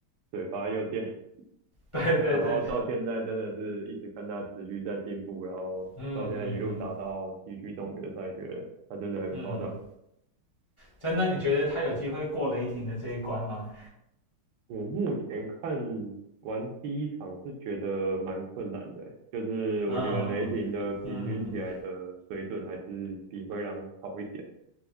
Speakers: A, on the right (about 70°); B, on the left (about 35°).
A: 嘴巴又贱，<laughs>
B: 对对对，
A: 然后到现在真的是一直看他持续在进步，然后到现在一路打到西区总决赛，
B: 嗯嗯嗯
A: 觉得他真的很夸张。
B: 嗯，真的，你觉得他有机会过雷霆的这一关吗？
A: 我目前看完第一场是觉得蛮困难的欸，就是我觉得雷霆的平均起来的水准还是比灰狼好一点。
B: 嗯嗯，